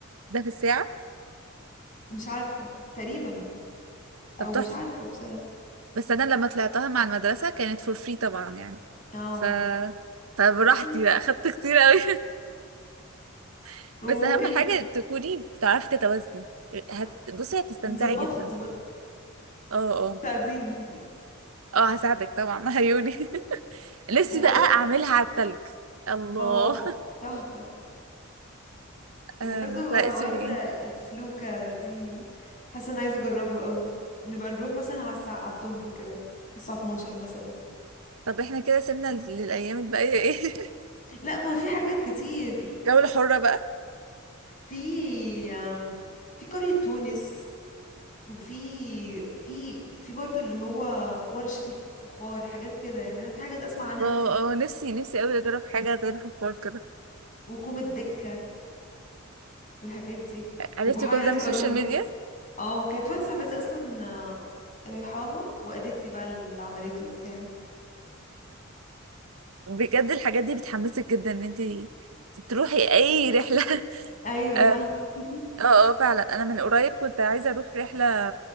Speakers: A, on the right; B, on the left.
A: ده في الساعة
B: مش عارفة تقريبا او
A: طب تحفة
B: مش عارفة بصراحة
A: بس أنا لما طلعتها مع المدرسة كانت فور فري طبعا يعني
B: اه
A: ف فبراحتي
B: <laughs>
A: بقى أخدت كتير أوي <laughs>
B: وممكن
A: بس أهم حاجة تكوني بتعرفي تتوازني هت...
B: آه،
A: بصي هتستمتعي
B: نظبطها
A: جدا
B: دي بقى
A: اه اه
B: تعزيني <laughs>
A: اه هساعدك طبعا عيوني <laughs> نفسي
B: وبرضه
A: بقى أعملها على التلج الله
B: اه تحفة
A: <laughs>
B: وبرضه
A: أم، لا
B: حوار
A: سوري
B: الفلوكة دي حاسة انا عايزة اجربه قوي نبقى نروح مثلا على الساعة على الظهر كده على الساعة 12 مثلا
A: طب احنا كده سيبنا للأيام الباقية ايه <laughs>
B: لا ما في حاجات كتير
A: جولة حرة بقى
B: في أم، في قرية تونس وفي في في برضو اللي هو ورشة الفخار حاجات كده يعني انا في حاجات اسمع عنها
A: اه
B: كتير
A: اه نفسي نفسي قوي اجرب حاجة زي الفخار كده
B: وكوم الدكة والحاجات دي
A: عرفتي
B: وبحيرة
A: كل ده
B: قارون
A: من السوشيال ميديا
B: اه كانت واحدة صاحبتي اصلا آه، رايحاها وقالت لي بقى اللي عملته وبتاع
A: بجد الحاجات دي بتحمسك جدا ان انت تروحي اي رحلة <laughs>
B: ايوه
A: اه
B: صح <laughs>
A: اه فعلا انا من قريب كنت عايزة اروح رحلة